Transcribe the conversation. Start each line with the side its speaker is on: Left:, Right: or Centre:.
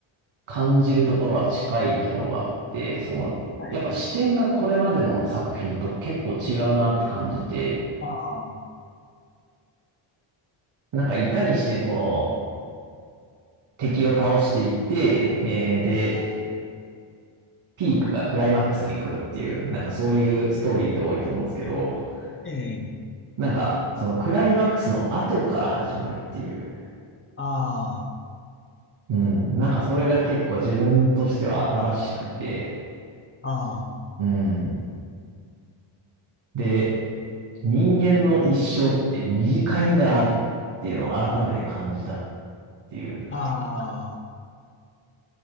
Right: 感じるところは近いところがあって、そのやっぱ視点がこれまでの作品と結構違うなって感じて、
Left: はい。ああ、
Right: なんかいかにしてこの敵を倒していって、えーで、ピークがクライマックスに来るっていう、なんかそういうストーリーって多いと思うんですけど、
Left: ええ、
Right: なんか、そのクライマックスの後から始まるっていう。
Left: あ
Right: うん。なんかそれが結構自分としては新しくて。
Left: あ、ああ、
Right: うん。で、人間の一生って短いんだなっていうのを改めて感じたっていう。
Left: ああ